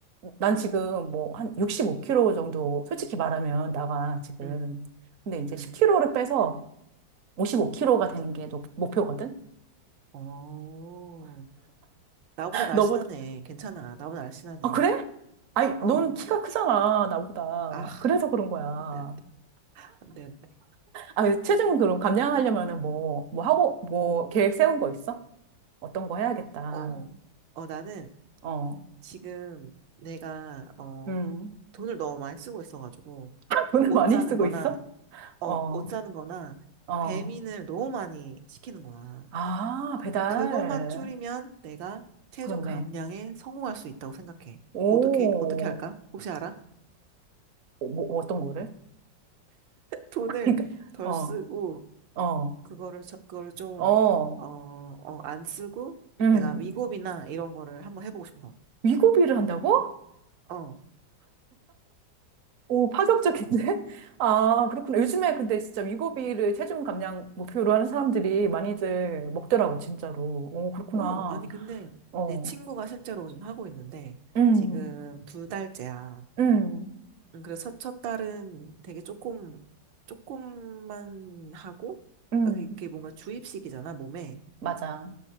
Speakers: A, on the right; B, on the right.
A: 난 지금 뭐 한 65kg 정도 솔직히 말하면 나가 지금.
B: 응
A: 근데 이제
B: 응
A: 10kg를 빼서 55kg가 되는 게 너- 목표거든?
B: 어. 나보다 날씬하네.
A: <laughs> 너보다.
B: 괜찮아. 나보다 날씬하네.
A: 아, 그래? 아니,
B: 어,
A: 너는 키가 크잖아, 나보다.
B: 아,
A: 그래서 그런 거야.
B: 안 돼, 안 돼. 안 돼, 안 돼.
A: 아, 체중 그럼 감량하려면은 뭐, 뭐 하고, 뭐 계획 세운 거 있어? 어떤 거 해야겠다.
B: 어, 어, 나는
A: 어,
B: 지금 내가, 어,
A: 음.
B: 돈을 너무 많이 쓰고 있어가지고,
A: 돈을
B: 뭐, 옷
A: 많이
B: 사는
A: 쓰고
B: 거나,
A: 있어?
B: 어,
A: 어,
B: 옷 사는 거나,
A: 어.
B: 배민을 너무 많이 시키는 거야.
A: 아, 배달.
B: 그것만 줄이면 내가 체중
A: 그렇네.
B: 감량에 성공할 수 있다고 생각해.
A: 오,
B: 어떻게? 어떻게 할까? 혹시 알아?
A: 뭐, 뭐, 뭐 어떤 거를?
B: 돈을
A: 그러니까,
B: 덜
A: 어,
B: 쓰고,
A: 어,
B: 그거를 저- 그거를 좀
A: 어,
B: 어, 어, 안 쓰고
A: 음.
B: 내가 위급이나 이런 거를 한번 해보고 싶어.
A: 위고비를 한다고?
B: 어.
A: 오, 파격적인데? <laughs> 아, 그렇구나. 요즘에 근데 진짜 위고비를 체중 감량 목표로 하는 사람들이 많이들 먹더라고, 진짜로. 오, 그렇구나.
B: 오, 아니 근데
A: 어,
B: 내 친구가 실제로 지금 하고 있는데
A: 음,
B: 지금 두 달째야.
A: 음,
B: 음, 그래서 첫, 첫 달은 되게 조금 조금만 하고
A: 음.
B: 그러니까 그게 그게 뭔가 주입식이잖아 몸에.
A: 맞아.